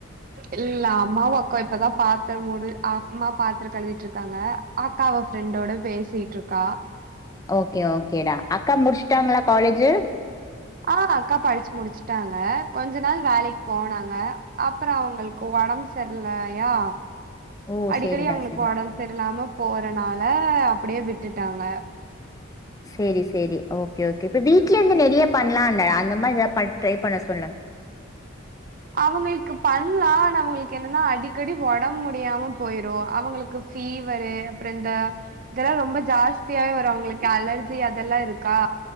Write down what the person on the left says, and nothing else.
ஓகே ஓகேடா அக்கா முடிச்சுட்டாங்களா காலேஜ்
ஓ
சேரிடா
சேரி
சரி சரி ஓகே ஓகே இப்ப வீட்ல இருந்து நிறைய பண்ணலாம்ல அந்த மாதிரி ட்ரை பண்ண சொல்